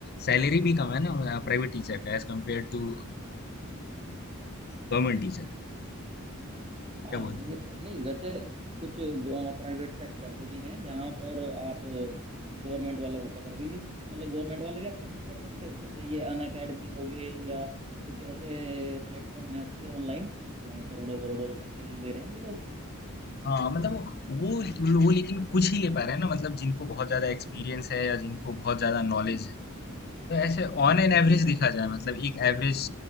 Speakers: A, on the left; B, on the right.
A: सैलरी भी कम है ना प्राइवेट टीचर का age compare to government teacher
B: हाँ
A: क्या बोलते
B: ये
A: हैं
B: तो नहीं वैसे कुछ प्राइवेट सेक्टर ऐसे भी हैं जहाँ पर आप गवर्नमेंट वालों को पकड़ भी नहीं सकते मतलब गवर्नमेंट वाले भी आपको नहीं पकड़ सकते जैसे ये अन अकेडमी हो गए या कुछ ऐसे प्लेटफॉर्म है अच्छे ऑनलाइन वहाँ करोड़ों करोड़ों रुपए से ले ले रहे हैं वो लोग
A: हाँ मतलब वो वो मतलब वो लेकिन कुछ ही ले पा रहे हैं ना मतलब जिनको बहुत ज्यादा एक्सपीरियंस है या जिनको बहुत ज्यादा नॉलेज
B: हम्म
A: है तो ऐसे ऑन एन एवरेज
B: बिल्कुल
A: देखा
B: बिल्कुल
A: जाए मतलब एक एवरेज